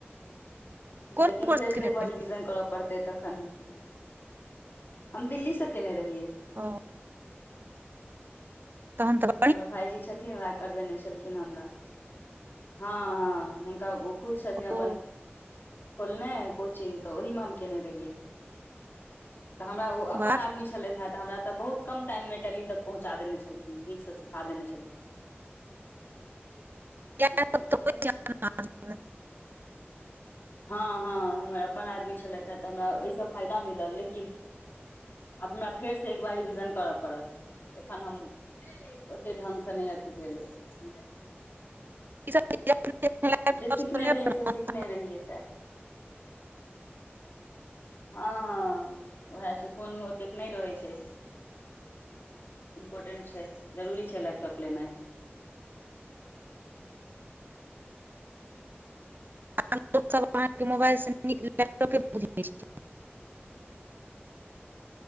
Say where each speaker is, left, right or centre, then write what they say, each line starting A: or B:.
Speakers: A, on the right; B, on the left.
A: कोन
B: लेकिन
A: कोर्स
B: फेर से
A: केने
B: एक बार रिविजन
A: रही
B: करब। पढ़तै तखन हेतै हम दिल्ली से केने रहियै।
A: ओ तहन त
B: हमर भाईजी छथिन्ह वैह करबेने छलखिन हमरा हँ हँ हुनका आगू खुद छलखिन्ह अपन
A: ओ
B: खोलने कोचिंग तऽ ओही मे हम केने रहियै। तऽ हमरा ओ अपन
A: वाह
B: आदमी छलथि हेँ तऽ हमरा तऽ बहुत कम टाइममे टैली तक पहुँचा देने छलखिन। नीक से सिखा देने छलखिन्ह।
A: इएह
B: फेरो
A: सब तऽ
B: गर्मी
A: होइ छै अपना
B: छैय।
A: हाथमे
B: हँ हँ, हमर अपन आदमी छलथि हेँ, तऽ हमरा एहिसँ फायदा मिलल, लेकिन आब हमरा फेरसे एक बेर रिविजन कर पड़त एखन हम ओतेक ढंगगसे नै अथि भेल अछि।
A: ई सब चीज अपने लैपटॉप
B: जे सिखने
A: सब लेब
B: रहियै
A: ने
B: से सिखने रहियै सैहे हँ हँ वैह छै फोनमे ओतेक नहि रहै छै। इम्पोर्टेंट छै, जरूरी छै लैपटॉप लेनाइ।
A: हमसभ अहाँके मोबाइलसँ नीक लैपटॉपे बुझैत छी <unintelligible>